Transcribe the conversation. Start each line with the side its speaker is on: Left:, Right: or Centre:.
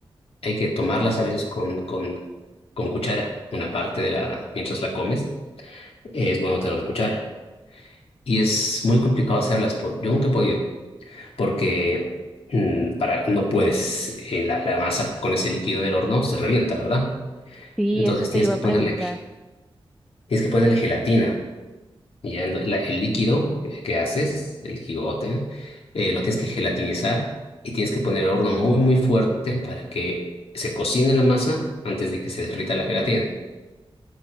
Left: hay que tomarlas a veces con, con, con cuchara, una parte de la, mientras la comes, es bueno tener una cuchara. Y es muy complicado hacerlas, por, yo nunca he podido, porque mm, para, no puedes, eh, la, la masa con ese líquido en el horno se revienta, ¿verdad?
Centre: Sí,
Left: Entonces
Centre: eso te
Left: tienes
Centre: iba
Left: que
Centre: a
Left: ponerle,
Centre: preguntar.
Left: tienes que ponerle gelatina. Y ya el, la- el líquido que, que haces, el jigote, eh, lo tienes que gelatinizar y tienes que poner el horno muy, muy fuerte para que se cocine la masa antes de que se derrita la gelatina.